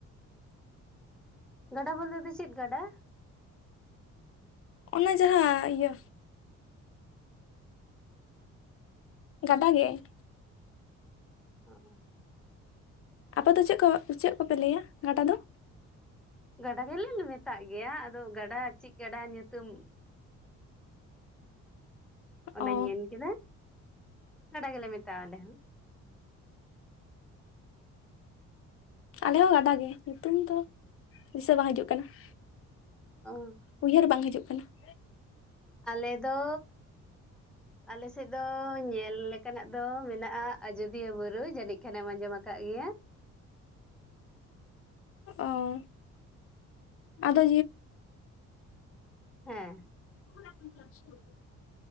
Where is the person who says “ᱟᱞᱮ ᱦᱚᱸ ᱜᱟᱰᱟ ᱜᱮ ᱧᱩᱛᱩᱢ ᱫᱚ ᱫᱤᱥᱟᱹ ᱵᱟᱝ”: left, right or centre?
Left